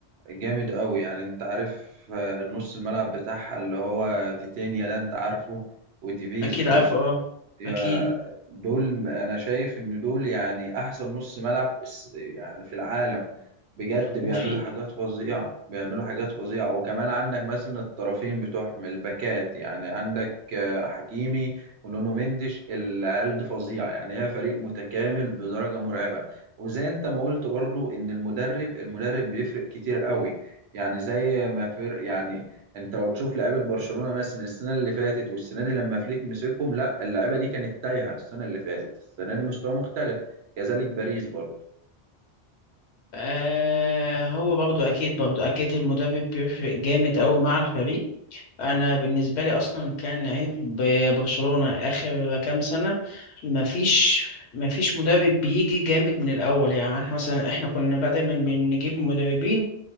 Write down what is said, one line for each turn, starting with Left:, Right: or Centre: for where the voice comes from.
Right: جامد قوي يعني انت عارف آه نص الملعب بتاعها اللي هو فيتينيا ده انت عارفه وديفيز
Left: أكيد
Right: دول
Left: عارف اه
Right: يا
Left: أكيد
Right: دول انا شايف ان دول يعني احسن نص ملعب اس- يعني في العالم بجد بيعملوا
Left: وفي
Right: حاجات فظيعة بيعملوا حاجات فظيعة وكمان عندك مثلا الطرفين بتوعهم الباكات يعني عندك آه، حكيمي ونونو مندش العيال دي فظيعة يعني هي فريق متكامل بدرجة مرعبة وزي انت ما قلت برضو ان المدرب المدرب بيفرق كتير قوي يعني زي ما فرق يعني انت لو تشوف لعيبه برشلونه مثلا السنه اللي فاتت والسنه دي لما فليك مسكهم لا اللعيبه دي كانت تايهه السنه اللي فاتت السنه دي مستوى مختلف كذلك باريس برضه
Left: آه هو برضو اكيد برضو اكيد المدرب بيفرق جامد قوي مع الفريق انا بالنسبه لي اصلا كان عيب برشلونه اخر كام سنه مفيش مفيش مدرب بيجي جامد من الاول يعني احنا مثلا احنا كنا بقى دايما بنجيب مدربين